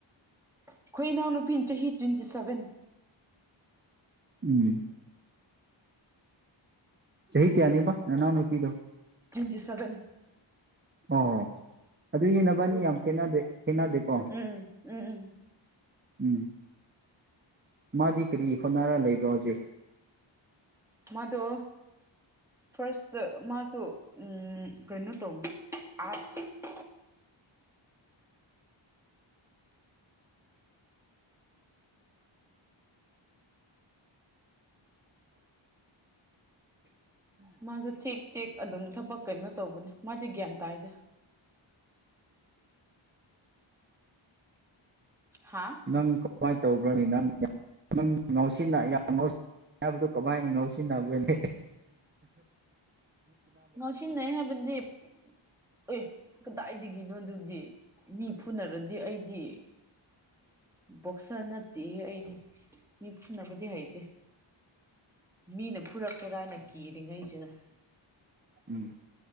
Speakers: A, in the centre; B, on the right.
A: ꯑꯩꯈꯣꯏ ꯏꯅꯥꯎ ꯅꯨꯄꯤ ꯆꯍꯤ ꯇ꯭ꯋꯦꯟꯇꯤ ꯁꯚꯦꯟ
B: ꯎꯝ ꯆꯍꯤ ꯀꯌꯥꯅꯤꯕ ꯅꯅꯧ ꯅꯨꯄꯤꯘꯣ
A: ꯇ꯭ꯋꯦꯟꯇꯤ ꯁꯚꯦꯟ
B: ꯑꯣ ꯑꯗꯨꯘꯤ ꯅꯕꯅꯤ ꯌꯥꯝ ꯈꯦꯠꯅꯗꯦ ꯈꯦꯠꯅꯘꯦꯀꯣ
A: ꯎꯝ ꯎꯝ ꯎꯝ
B: ꯎꯝ ꯃꯥꯗꯤ ꯀꯔꯤ ꯍꯣꯠꯅꯔ ꯂꯩꯕ꯭ꯔꯣ ꯍꯧꯖꯤꯛ
A: ꯃꯥꯗꯣ ꯐꯥꯁꯇ ꯃꯥꯁꯨ ꯎꯝ ꯀꯩꯅꯣ ꯇ ꯑ <unintelligible> ꯃꯥꯁꯨ ꯊꯦꯛ ꯇꯦꯛ ꯑꯗꯨꯝ ꯊꯕꯛ ꯀꯩꯅꯣ ꯇꯧꯕꯅꯦ ꯃꯥꯗꯤ ꯒ꯭ꯌꯥꯟ ꯇꯥꯏꯗꯦ ꯍꯥ
B: ꯅꯪ ꯀꯃꯥꯏ ꯇꯧꯕ꯭ꯔꯅꯤ ꯅꯪ ꯅꯪ ꯉꯁꯤ ꯉꯁꯤꯕꯗꯣ ꯀꯃꯥꯏꯅ ꯉꯥꯎꯁꯤꯟꯅꯕ꯭ꯔꯥꯅꯦ
A: ꯃꯁꯤ ꯅ ꯍꯥꯏꯕꯗꯤꯞ ꯑꯦ ꯀꯗꯥꯏꯗꯤ ꯅꯣ ꯑꯗꯨꯗꯤ ꯃꯤ ꯐꯨꯅꯔꯗꯤ ꯑꯩꯗꯤ ꯕꯣꯛꯁꯔ ꯅꯠꯇꯦ ꯑꯩ ꯃꯤ ꯐꯅꯕꯗꯤ ꯍꯩꯇꯦ ꯃꯤꯅ ꯐꯨꯔꯛꯀꯦꯔꯥ ꯍꯥꯏꯅ ꯀꯤꯔꯤꯉꯩꯁꯤꯗ
B: ꯎꯝ